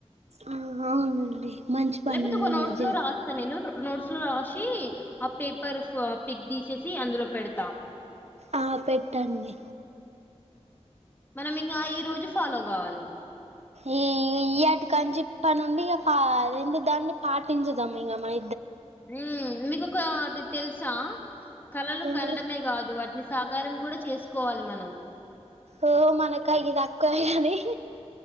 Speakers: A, on the right (about 70°); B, on the left (about 15°).
A: ఆ అవునండి మంచి పనండి
B: లేపోతే ఒక నోడ్స్లు
A: ఇంగా చే
B: రాస్తా నెను రొ నోడ్స్ లో రాశి ఆ పేపర్ పిక్ తీసేసి అందులో పెడతా
A: ఆ పెట్టండి
B: మనం ఇంగా ఈ రోజు ఫాలో గావాలి
A: ఎ ఈయ్యటి కంచి ఇప్పనుండి ఇగ పా అదేంది దాన్ని పాటించదాం ఇంగ మ
B: ఉం మీకు ఒకటి తెలుసా కళలు
A: ఏంటిది
B: కనడమే కాదు వాటిని సాకారం కూడా చేసుకోవాలి మనం
A: ఓ మనకైయ్యి దక్కవ్ కనీ